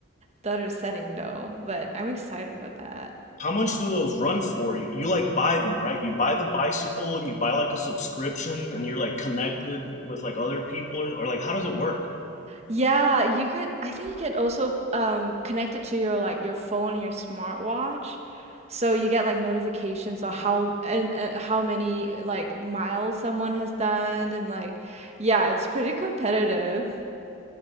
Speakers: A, on the right; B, on the left.
A: the other setting though, but I'm excited for that.
B: How much do those run for? You, you like buy them, right? You buy the bicycle and you buy like a subscription and you're like connected with like other people or, or like how does it work?
A: Yeah, you could I think you could also um connect it to your like your phone and your smartwatch. So you get like notifications on how and uh, how many like miles someone has done and like yeah, it's pretty competitive.